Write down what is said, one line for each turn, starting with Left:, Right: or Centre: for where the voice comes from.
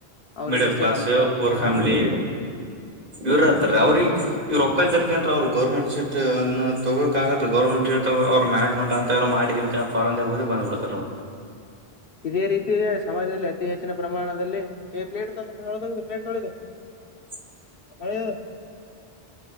Left: ಅವ್ರಿಗಷ್ಟೇ
Right: ಮಿಡಲ್ ಕ್ಲಾಸ್
Left: ಸಮಸ್ಯೆ ಆಗದು
Right: ಪುರ್
Left: ಹಾ
Right: ಫ್ಯಾಮಿಲಿ ಇವ್ರ ಹತ್ತ ಅವ್ರಿಗೆ ಇವ್ರ ಒಕ್ಕ್ಾರೀಕ ನ್ರ ಅವರು ಗೌರ್ಮೆಂಟ್ ಸಟ್ ಅ ತಗೋಕ್ಾಗತ್ ಗೌರ್ಮೆಂಟ್ ಸೀಟ್ ಅವರು ಮನೇಜ್ಮೆಂಟ್ ಅಂತವ ಮಾಡಡಿಕ ಫಾರಿನ್ ಓದಿ ಬಂದಪಡ್ತರು
Left: ಇದೇ ರೀತಿಿಯೇ ಸಮಾಜದಲ್ಲಿ ಅತಿ ಹೆಚ್ಚಿನ ಪ್ರಮಾಣದಲ್ಲಿ ಈ ಪ್ಲೇಟ್ ತ ಪಲೇ
Right: ಹ <unintelligible>
Left: ಹೇಯ್